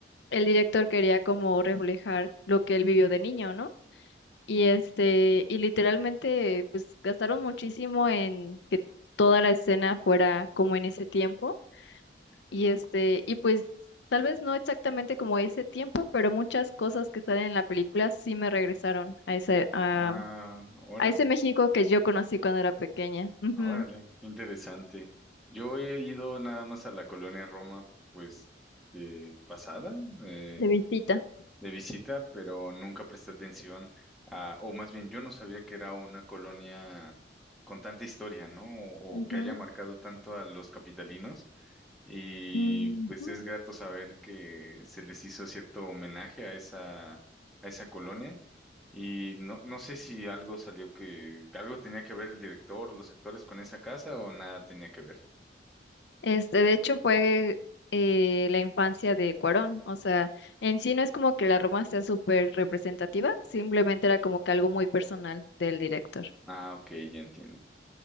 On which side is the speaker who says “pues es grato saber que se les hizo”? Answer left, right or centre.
Centre